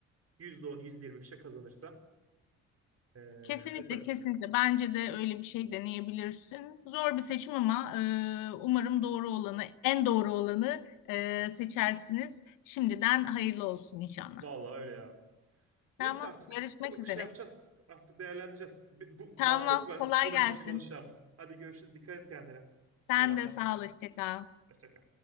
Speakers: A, on the right; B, on the left.
A: yüzde on, yüzde yirmi bir şey kazanırsa eee,
B: Kesinlikle,
A: şey yaparız.
B: kesinlikle. Bence de öyle bir şey deneyebilirsin. Zor bir seçim ama e, umarım doğru olanı, en doğru olanı e, seçersiniz. Şimdiden hayırlı olsun inşallah.
A: Vallahi öyle ya. Neyse
B: Tamam,
A: artık
B: görüşmek
A: ko-
B: üzere.
A: şey yapacağız. Artık değerlendireceğiz. Bu
B: Tamam,
A: daha çok var
B: kolay
A: konuşma
B: gelsin.
A: konuşacağımız. Hadi görüşürüz. Dikkat et kendine. Selamlar.
B: Sen de sağ ol, hoşça kal.
A: Hoşça kal.